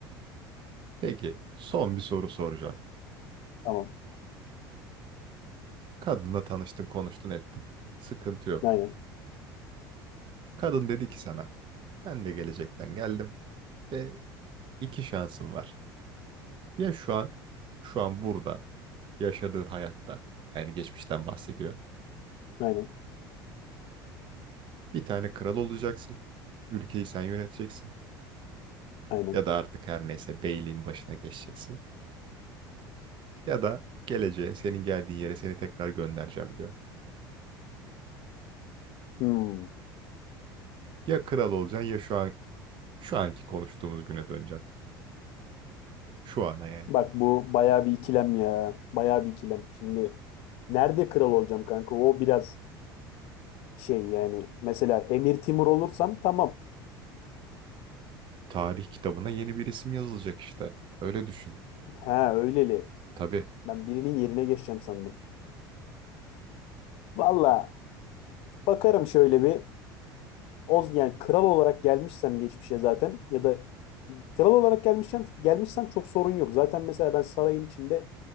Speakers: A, on the right; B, on the left.
A: Peki son bir soru soracağım.
B: Tamam.
A: Kadınla tanıştın, konuştun, ettin. Sıkıntı yok.
B: Aynen.
A: Kadın dedi ki sana, ben de gelecekten geldim ve iki şansım var. Ya şu an, şu an burada yaşadığın hayatta, yani geçmişten bahsediyor.
B: Aynen.
A: Bir tane kral olacaksın. Ülkeyi sen yöneteceksin.
B: Aynen.
A: Ya da artık her neyse beyliğin başına geçeceksin. Ya da geleceğe senin geldiğin yere seni tekrar göndereceğim diyor.
B: Hmm.
A: Ya kral olacaksın ya şu an şu anki konuştuğumuz güne döneceksin. Şu ana yani.
B: Bak bu bayağı bir ikilem ya. Bayağı bir ikilem. Şimdi nerede kral olacağım kanka? O biraz şey yani. Mesela Emir Timur olursam tamam.
A: Tarih kitabına yeni bir isim yazılacak işte. Öyle düşün.
B: Ha öyleli.
A: Tabii.
B: Ben birinin yerine geçeceğim sandım. Valla bakarım şöyle bir. Oz yani kral olarak gelmişsem geçmişe zaten ya da kral olarak gelmişsem gelmişsem çok sorun yok. Zaten mesela ben sarayın içinde